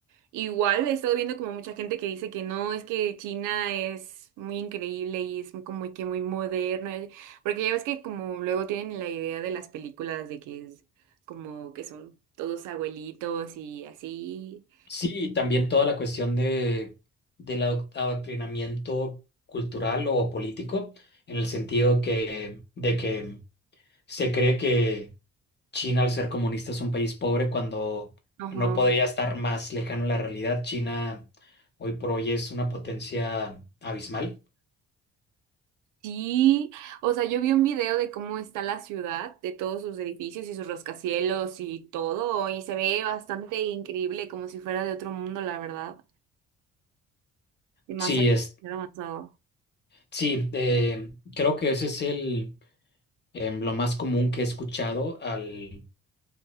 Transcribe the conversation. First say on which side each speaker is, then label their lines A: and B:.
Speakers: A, on the right; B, on the left.
A: igual he estado viendo como mucha gente que dice que no, es que China es muy increíble y es muy, como que muy moderno, eh, porque ya ves que como luego tienen la idea de las películas de que es como que son todos abuelitos y así.
B: Sí, y también toda la cuestión de, del adoc- adoctrinamiento cultural o político, en el sentido que, de que se cree que China, al ser comunista, es un país pobre cuando
A: Ajá.
B: no podría estar más lejano a la realidad. China hoy por hoy es una potencia abismal.
A: Sí, o sea, yo vi un video de cómo está la ciudad, de todos sus edificios y sus rascacielos y todo, y se ve bastante increíble, como si fuera de otro mundo, la verdad. Demasiado
B: Sí, es,
A: demasiado avanzado.
B: sí, eh, creo que ese es el, em, lo más común que he escuchado al,